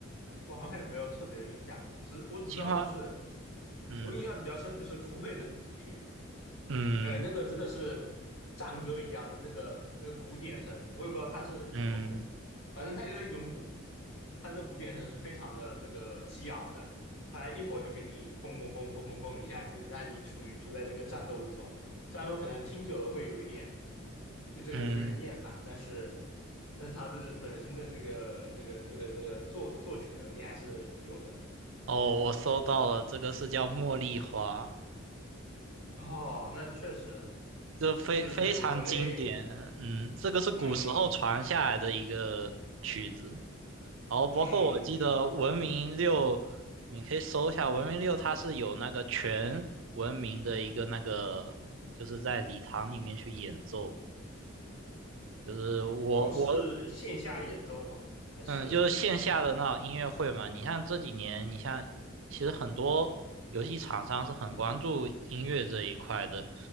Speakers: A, on the left; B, on the right.
A: 我好像也没有特别的印象，只我只知道就是
B: 青花，嗯
A: 我印象比较深就是酷配的主题曲。
B: 嗯
A: 哎呀，那个真的是战歌一样的那个那个鼓点声，我也不知道它是什么鼓，
B: 嗯
A: 反正它就是一种鼓，它那鼓点声是非常的这个激昂的，它一会儿就给你蹦蹦蹦蹦蹦蹦一下，就让你处于处在这个战斗之中。虽然说可能听久了会有一点对这个游戏有点厌烦，
B: 嗯。
A: 但是但是它这个本身的这个这个这个这个作作曲能力还是有的。
B: 哦，我搜到了，这个是叫茉莉花。
A: 哦，那确实
B: 就非非常经典，
A: 是国内，
B: 嗯，这个是古时候传下来的一个曲子，
A: 嗯
B: 然后包括我记得《文明六》，
A: 嗯。
B: 你可以搜一下《文明六》，它是有那个全文明的一个那个，就是在礼堂里面去演奏，就是我我
A: 哦，是线下演奏吗？还是
B: 嗯，就是线下的那种音乐会嘛。你像这几年，你像其实很多游戏厂商是很关注音乐这一块的。